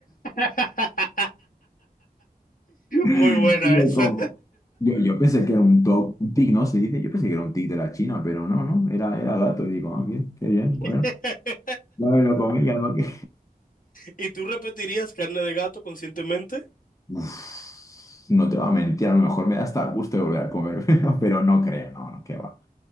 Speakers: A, on the left; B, on the left.
A: <laughs>
B: <laughs> Y
A: Muy buena
B: yo
A: esa.
B: como, yo, yo pensé que era un toc, un tic, ¿no? Se dice, yo pensé que era un tic de la China, pero no, no, era, era gato. Y digo, ah, bien, qué bien, bueno,
A: <laughs>
B: ya me lo comí, ya lo que...
A: ¿Y tú repetirías carne de gato conscientemente?
B: <laughs> Uf, no te va a mentir, a lo mejor me da hasta gusto de volver a comer, <laughs> pero, pero no creo, no, no, qué va.